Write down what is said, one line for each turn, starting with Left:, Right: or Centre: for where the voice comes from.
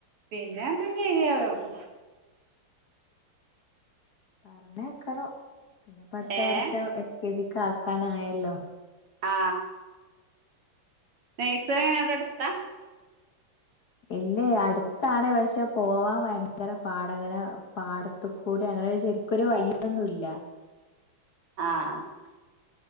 Right: പിന്നെ അത് ശരിയാവും
Left: പറഞയ്ക്കണം പിന്നെ അടുത്ത
Right: ഏഹ്
Left: വർഷം എൽ കെ ജിക്ക് ആക്കാനായല്ലോ
Right: ആ നേഴ്സറി അവിടെ അടുത്താ
Left: ഇല്ലേ അടുത്താണ് പക്ഷെ പോവാൻ ഭയങ്കര പാടങ്ങനെ പാടത്ത് കൂടി അങ്ങനെ ശരിക്കൊരു വഴി ഒന്നും ഇല്ല
Right: ആ <unintelligible>